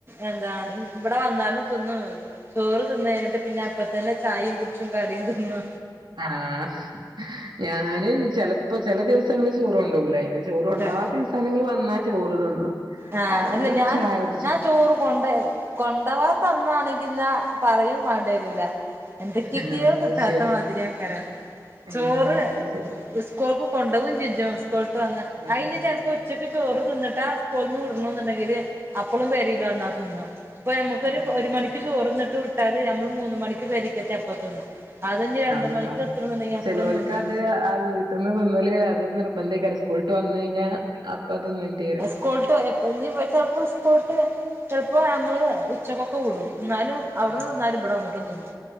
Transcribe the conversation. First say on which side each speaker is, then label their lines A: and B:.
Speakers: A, on the right; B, on the right.
A: എന്താ ഇവിടെ വന്നാലും തിന്നു. ചോറ് തിന്നു കഴിഞ്ഞിട്ട് പിന്നെ അപ്പൊത്തന്നെ ചായും കുച്ചും കടിയും തിന്നു.
B: ആഹ് ഞാന് ചെലപ്പോ ചൃല ദിവസങ്ങള് ചോറ് കൊണ്ടൂവുലായിന്. ചോറ് കൊണ്ടാവാത്തീസാണെങ്കില്
A: ആ
B: വന്നാ ചോറ് തിന്നും.
A: ആഹ്
B: അല്ലെങ്കിൽ
A: അല്ല
B: പിന്നെ
A: ഞാന്
B: ചായ കുടിച്ചും
A: ഞാൻ ചോറ് കൊണ്ടയവും. കൊണ്ടവാത്തന്നാണെങ്കിന്നാ പറയും വാണ്ടെരൂല. എന്തൊക്കെയൊക്കെയോ
B: ആഹ്
A: കിട്ടാത്ത
B: അത് ശരി
A: മാതിരി ആക്കാരാ
B: ഏഹ്
A: ചോറ്.
B: അത് ശരി
A: സ്കൂൾക്ക് കൊണ്ടവും ചിജും സ്കൂൾട്ട് വന്ന
B: ആഹ്
A: അയിനി ചെലപ്പോ ഉച്ചക്ക് ചോറ് തിന്നിട്ടാ. കൊന്നു വിടണ എന്നുണ്ടെങ്കില് അപ്പഴും പെരില്ല് വന്നാ തിന്ന. ഇപ്പൊ നമ്മുക്കൊരു
B: ആഹ്
A: ഒരു മണിക്ക് ചോറന്നിട്ട് വിട്ടാ നമ്മള് മൂന്ന് മണിക്ക് പെരേക്കെത്തി അപ്പത്തിന്നു. അതനി രണ്ടു
B: ആഹ്
A: മണിക്ക് എത്തണണ്ടെങ്കി അപ്പഴും
B: ചെലോൽക്ക്
A: തിന്നു.
B: അത് ആ വീട്ടിൽന്ന് തിന്നല് അത് നിർബന്ധക്കാരു സ്കൂളിട്ട് വന്ന് കഴിഞ്ഞാൽ അപ്പൊ അതിന്നണ്ടേരും.
A: സ്കൂളട്ട് എപ്പ നി ചപ്പോ സ്കൂളട്ട് ചിലപ്പോ നമ്മള് ഉച്ചക്കൊക്കെ വിടും എന്നാലും. അവിടന്ന്
B: ഉം
A: തിന്നാലും ഇവിടെ വന്നിട്ടും തിന്നു